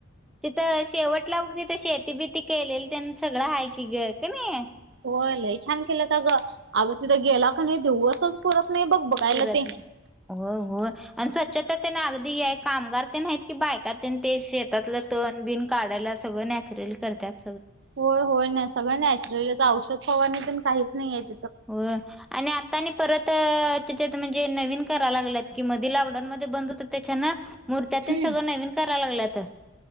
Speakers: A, in the centre; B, on the right (about 60°).
A: तिथं शेवटला बघ तिथं शेती बीती केलेली ततेन सगळं हाय कि ग कणी.
B: होय लई छान केलं तर ग अगं तिथं गेला का नाही दिवस. पुरतं. नाही बघ बघायला
A: पुरत
B: ते.
A: नाही हो हो आणि स्वच्छता त्यांना अगदी हे. कामगार तेन आहीत की बाय. त्यात ते शेतातलं तण बिन काढायला सगळं नॅचरल करत्यात.
B: होय होय सगळं नॅचर औषध फवारनि काहीच नाही आयेत.
A: होय आणि आता- आता नी परत त्याच्यात म्हणजे, नवीन करा लागल्यात की मधी लॉकडाऊन मध्ये बंद होत त्याच्यान मुर्त्या तेन
B: हम्म
A: सगळं नवीन कराय लागल्यात त.